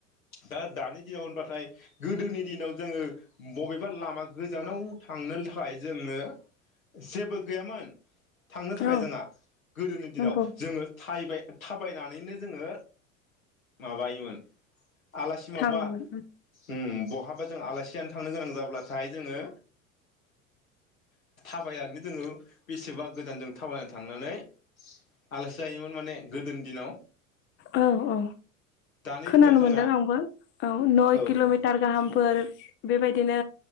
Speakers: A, on the left; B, on the left.
A: दा-दानि दिनाव होनबाथाय गोदोनि दिनाव जोङो बबेबा लामा गोजानाव थांनो थाखाय जोंनो जेबो गैयामोन। थांनो थाखाय
B: औ
A: जोंहा गोदोनि दिनाव
B: नंगौ
A: जोङो थायबाय थाबायनानैनो जोङो माबायोमोन आलासि
B: थाङोमोन
A: मबा उम बहाबा जों आलासि जानो थांनो गोनां जाब्लाथाय जोङो थाबायानो जोङो बेसेबा गोजान जों थाबायनानै थांनानै आलासि जायोमोन माने गोदोनि दिनाव
B: औ औ
A: दानि
B: खोनानो
A: दिनाव जोंहा
B: मोनदों आंबो औ नय
A: औ
B: किल'मिटार
A: औ
B: गाहामफोर बेबायदिनो